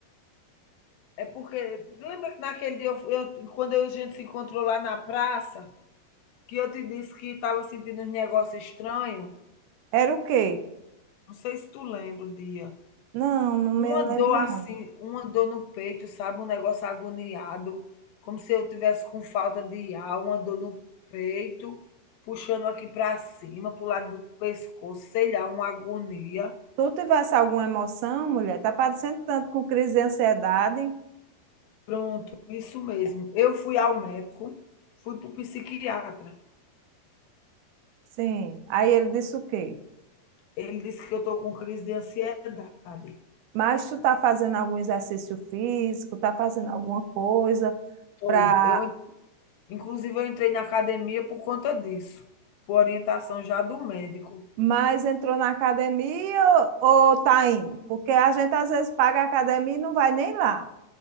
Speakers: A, on the left (about 80°); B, on the right (about 80°).
A: É porque. Lembra que naquele dia, eu, fu- eu- quando a gente se encontrou lá na praça, que eu te disse que estava sentindo uns negócios estranhos?
B: Era o quê?
A: Não sei se tu lembra o dia.
B: Não, não me
A: Uma
B: lembro,
A: dor assim,
B: não.
A: uma dor no peito, sabe? Um negócio agoniado. Como se eu tivesse com falta de ar, uma dor no peito, puxando aqui para cima, pro lado do pescoço, sei lá, uma agonia.
B: Tu tivesse alguma emoção, mulher? Tá parecendo tanto com crise de ansiedade?
A: Pronto, isso mesmo. Eu fui ao médico, fui para o psiquiatra.
B: Sim. Aí ele disse o quê?
A: Ele disse que eu estou com crise de ansiedade.
B: Mas tu tá fazendo algum exercício físico, tá fazendo alguma coisa
A: Tô.
B: pra...
A: Eu, en- inclusive, eu entrei na academia por conta disso, por orientação já do médico.
B: Mas entrou na academia ou ou tá indo? Porque a gente às vezes paga a academia e não vai nem lá.